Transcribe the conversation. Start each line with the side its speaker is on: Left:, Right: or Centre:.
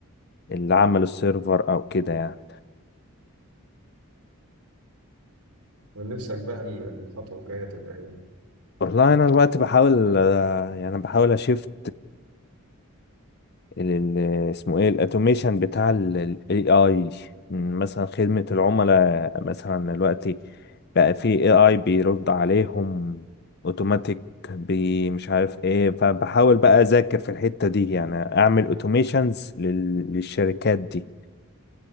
Left: اللي عملوا السيرفر او كده يعني
Right: ونفسك بقى ال- الخطوة الجاية تبقى ايه
Left: والله انا دلوقتي بحاول آه، يعني بحاول اشفت ال- ال- اسمه ايه الاتوميشن بتاع الاي اي مثلا خدمة العملاء مثلا دلوقتي بقى في اي اي بيرد عليهم اوتوماتيك بي مش عارف ايه فبحاول بقى اذاكر في الحتة دي يعني اعمل اوتوميشنز للشركات دي